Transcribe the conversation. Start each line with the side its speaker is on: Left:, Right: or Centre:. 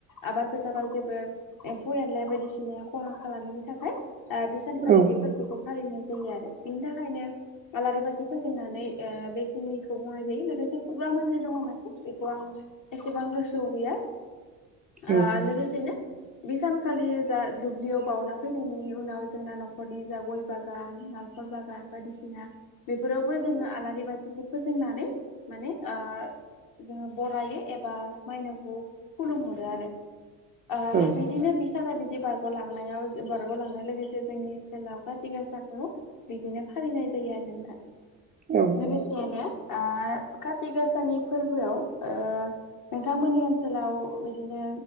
Left: आबाद फोथाराव जेबो एम्फौ एनलाया बायदिसिनाय खहा खालामैनि थाखाय ओ बेसानखालि
Right: औ
Left: बेफोरखौ फालिनाय जायो आरो बिनि थाखायनो आलारि बाथि फोजोंनानै ओ बेखिनिखौ बुंनाय जायो लोगोसे मो <unintelligible> दङ मोन‌ बेखौ आं एसेबां गोसोआव गैया आ
Right: औ
Left: लोगोसेनो बे सानखालि जा दुब्लियाव बावउना फैनायनि उनाव जोंना न'खरनि जा गय बागान नालखेर ब बागान बायदिसिना बेफोरावबो जों आलारि बाथि बेखौ फोजोंनानै माने ओ जोङो बरायो एबा मायनावखौ खुलुमहरो आरो ओ
Right: औ
Left: बिदिनो बे साना बिदि बारग' लांनायाव जेब्ला बाव लांनाय लोगोसे जोंनि ओनसोलाव काथि गासाखौ बिदिनो फालिनाय जायो आरो नोंथां
Right: औ
Left: लोगोसेयैनो ओ काति गाासानि फोरबोआव ओ नोंथांमोननि ओ ओनसोलाव बिदिनो